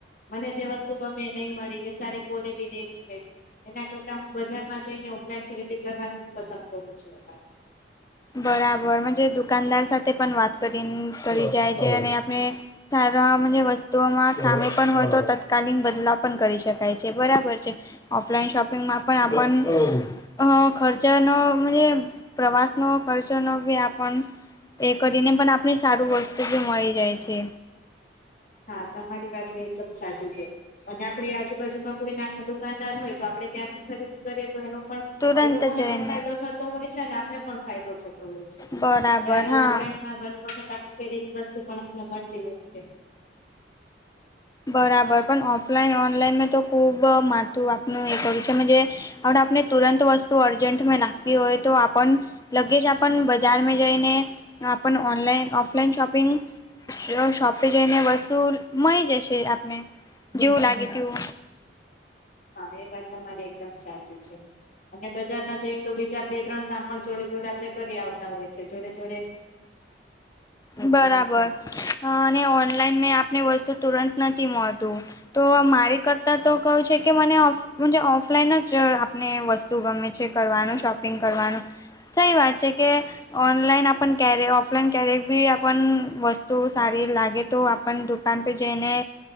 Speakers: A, on the left (about 45°); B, on the left (about 20°).
A: મને જે વસ્તુ ગમે નહી મળી કે સારી ક્વોલિટી નય થાય એના કરતા હું બજાર <unintelligible> જઈને ઓફલાઈન ખરીદી કરવાનું જ પસંદ કરું છું. <unintelligible>
B: બરાબર મજે દુકાનદાર સાથે પણ વાત <unintelligible> કરી જાય છે, અને આપણે <unintelligible> મનજે સારા વસ્તુઓમાં ખામી પણ હોય તો તત્કાલીન બદલાવ પણ કરી શકાય છે, બરાબર છે. ઓફલાઈન શોપિંગમાં પણ આપન અ ખર્ચનો મજે પ્રવાસ ન કરજો ન આપણ એ કરીને પણ આપણી સારું વસ્તુ જે મળી જાય છે.
A: હા તમારી વાત એકદમ સાચું છે, અને આપડી આજુબાજુમાં કોઈ નાના દુકાનદાર દુકાનદાર હોય તો આપડણે ત્યાં સુ ખરીદી કરીએ તો એનો પણ
B: તુરંત
A: એ લોકોને
B: જઈને
A: પણ ફાયદો થતો હોય છે, અને આપને પણ ફાયદો થતો હોય છે.
B: બરાબર
A: જયારે
B: હા.
A: ઓનલાઈનમાં ઘણી વખત આપણે પેરેલી વસ્તુ પણ આપણે મળતી હોય છે.
B: બરાબર પણ ઓફલાઈન ઓનલાઈન મેં તો ખુબ માથું આપનું એ કર ત મનજે આપને તુરંત વસ્તુ અર્જન્ટમાં લાગતી હોય તો આપ લગેજ આપન બજારમાં જઈને ઓનલાઈન ઓફલાઈન શોપિંગ શોપે જઈને વસ્તુ મળી જશે. આપને જેવું લાગે તેવુ.
A: હા એ વાત તમારી એકદમ સાચી છે, અને બજારમાં જઈ તો બીજા બે ત્રણ કામ પણ જોડે ચોડા આપને કરી આવતા હોય છે. જોડે-જોડે.
B: બરાબર અને ઓનલાઈન મેં આપને વસ્તુ તુરંત નથી મળતું. તો મારી કરતાં તો કહું છે કે મને જ ઓફલાઈન જ આપને વસ્તુ ગમે છે, કરવાનું શોપિંગ કરવાનું. સહી વાત છે કે,
A: સાચી
B: ઓનલાઈન
A: વાત છે
B: આપન ક્યારે ઓફલાઈન ક્યારેક બી આપન વસ્તુ સારી લાગે તો આપણ દુકાન પે જઈને